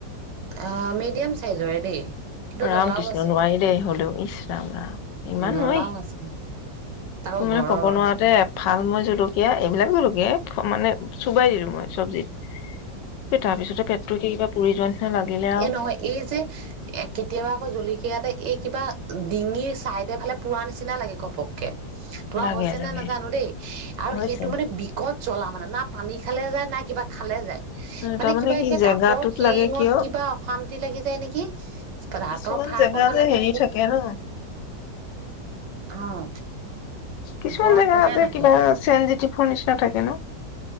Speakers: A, on the right; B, on the left.
A: আ মিডিয়াম চাইজৰে দেই কিন্তু
B: ৰাম
A: জ্বলাও
B: কৃষ্ণ
A: আছে,
B: নোৱাৰি দেই হলেও ইছ ৰাম ৰাম ইমান
A: জ্বলাও
B: নোৱাৰি,
A: আছে, আকৌ
B: তোৰ
A: ঘৰৰ,
B: মানে কব নোৱাৰাতে ভাল মই জলকীয়া এইবিলাক জলকীয়াই মানে চোবাই দিলো মই, চব্জিত। এ তাৰ পিছতে পেটটো কিবা পুৰি যোৱা নিচিনা লাগিলে আৰু
A: এ নহয় এই যে এ কেতিয়াবা আকৌ <unintelligible> সেইয়াতে এই কিবা ডিঙিৰ চাইডৰ ফালে পোৰা নিচিনা লাগে ঘপককে। তোমাৰ
B: লাগে
A: হৈছে
B: লাগে
A: নে নাজানো দেই, আৰু
B: হৈছে।
A: সেইটো মানে বিকট জলা মানে পানী খালে যায় না কিবা যায়? মানে
B: তাৰমানে
A: কিবা
B: কি
A: একে
B: জেগাটোত
A: দাঁতৰ শিৰিঙত
B: লাগে কিয়
A: কিবা অশান্তি লাগি যায় নেকি! হাতৰ
B: কিছুমান
A: ফাকৰ
B: জেগা
A: ফালে
B: যে
A: নে
B: হেৰি থাকে ন
A: <unintelligible>
B: কিছুমান
A: বৰ
B: জেগা
A: বেয়া
B: আছে
A: লাগে
B: কিবা চেনজিটিব ফুল নিচিনা থাকে ন?